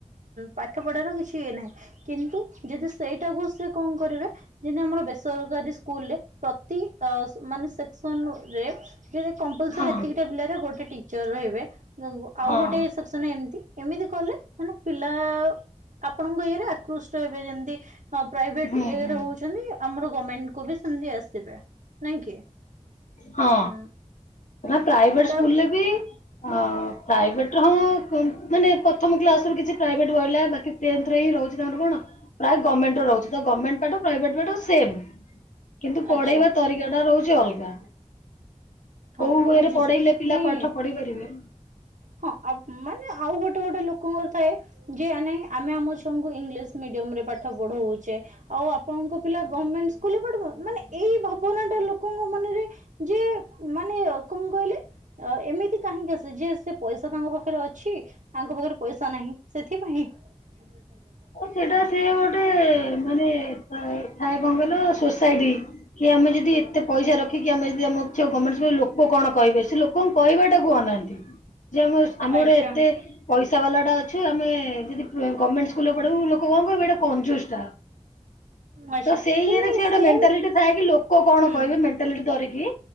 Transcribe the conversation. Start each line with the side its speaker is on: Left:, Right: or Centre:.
Right: ପାଠ ପଢାର କିଛି ଇଏ ନାହିଁ କିନ୍ତୁ ଯଦି ସେଇଟାକୁ ସେି କଣ କରିବେ ଯେମିତି ଆମର ବେସରକାରୀ ସ୍କୁଲରେ ପ୍ରତି ମାନେ ସେକ୍ସନ ରେ କମ୍ପଲସରି
Left: ହଁ
Right: ଏତିକିଟା
Left: ହଁ
Right: ପିଲାରେ ଗୋଟେ ଟିଚର ରହିବେ ଆଉ
Left: ହଁ
Right: ଗୋଟେ ଅଛି ନା ଏମିତି? ଏମିତି କଲେ ମାନେ ପିଲା ଆପଣଙ୍କ ଇଏରେ ଆକୃଷ୍ଟ ହେବେ ଯେମିତି ହଁ ପ୍ରାଇଭେଟ
Left: ହୁଁ
Right: ଇଏରେ
Left: ହୁଁ
Right: ହଉଛନ୍ତି ଆମର ଗଭମେଣ୍ଟ କୁ ବି ସେମତି ଆସିବେ। ନାଇଁ କି
Left: ହଁ,
Right: ହୁଁ
Left: ନା ପ୍ରାଇଭେଟ
Right: ତା
Left: ସ୍କୁଲରେ ବି ହଁ ପ୍ରାଇଭେଟ ର ହଁ ମାନେ ପ୍ରଥମ କ୍ଲାସରୁ କିଛି ପ୍ରାଇଭେଟ ରହିଲା ବାକି ରେ ହିଁ ରହୁଛି ତାଙ୍କର କଣ ପ୍ରାୟ ଗଭର୍ନମେଣ୍ଟର ରହୁଛି ଗର୍ଣ୍ଣମେଣ୍ଟ ପାଠ ପ୍ରାଇଭେଟ ପାଠ ସେମ। କିନ୍ତୁ ପଢେଇବା
Right: ଆଚ୍ଛା
Left: ତରିକା ଟା ରହୁଛି ଅଲଗା।
Right: ହଁ
Left: କୋଉ
Right: ମୁଁ
Left: ୱେରେ
Right: ବୁଝୁଛି
Left: ପଢେଇଲେ ପିଲା
Right: ନାଇଁ
Left: ପାଠ ପଢି ପାରିବେ
Right: ହଁ ଆ ମାନେ ଆଉ ଗୋଟେ ଗୋଟେ ଲୋକଙ୍କର ଥାଏ ଯେ ନାଇ ଆମେ ଆମ ଝିଅ ଙ୍କୁ ଇଂଲିଶ ମିଡିୟମ ରେ ପାଠ ପଢଉଛେ ଆଉ ଆପଣଙ୍କୁ ପିଲା ଗଭର୍ଣମେଣ୍ଟ ସ୍କୁଲରେ ପଢିବ ମାନେ ଏଇ ଭାବନାଟା ଲୋକଙ୍କ ମନରେ ଯେ ମାନେ କଣ କହିଲେ ଏମିତି କାହିଁକି ଆସେ ଯେ ସେ ପଇସା ତାଙ୍କ ପାଖରେ ଅଛି ଆଙ୍କ ପାଖରେ ପଇସା ନାହିଁ ସେଥିପାଇଁ। <unintelligible>
Left: ସେଇଟା ସିଏ ଗୋଟେ ମାନେ ଥାଏ କଣ କହିଲ ସୋସାଇଟି। କି ଆମେ ଯଦି ଏତେ ପଇସା ରଖିକି ଆମେ ଯଦି ଆମ ଗଭର୍ଣ୍ଣମେଣ୍ଟ ଲୋକ କଣ କହିବେ ସେ ଲୋକଙ୍କୁ କହିବାଟାକୁ ଅନାନ୍ତି। ଯେ ଆମେ ଆମେ
Right: ଆଚ୍ଛା
Left: ଗୋଟେ ଏତେ ପଇସା ବାଲାଟା ଅଛୁ ଆମେ ଯଦି ଗଭର୍ନମେଣ୍ଟ ସ୍କୁଲରେ ପଢିବୁ ଲୋକ କଣ କହିବେ ଏଟା କଞ୍ଜୁଶଟା।
Right: ଆଚ୍ଛା
Left: ତ ସେଇ
Right: କି
Left: ଇଏରେ
Right: ନାଇଁ
Left: ସେ ଗୋଟେ
Right: ସେମ୍
Left: ମେଣ୍ଟାଲିଟି ଥାଏ କି ଲୋକ କଣ
Right: ହୁଁ
Left: କହିବେ ମେଣ୍ଟାଲିଟି ଧରିକି।